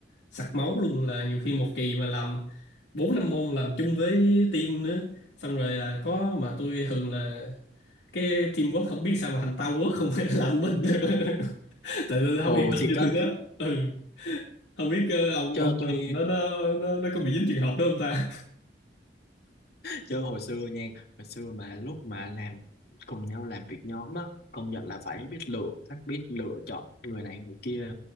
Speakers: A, on the left; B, on the left.
A: sặc máu luôn là nhiều khi một kỳ mà làm bốn năm môn làm chung với team nữa xong rồi là có mà tôi thường là cái teamwork không biết sao mà thành tao quốc không <laughs> làm mình <laughs> tại tôi không
B: ồ
A: yên tâm
B: thì
A: cho
B: có
A: tụi nó ừ không biết ờ, ông
B: cho
A: ông
B: tôi
A: làm nó nó nó, nó có bị dính trường hợp đó không ta
B: chứ hồi xưa nha hồi xưa mà lúc mà làm cùng nhau làm việc nhóm á công nhận là phải biết lựa phải biết lựa chọn người này người kia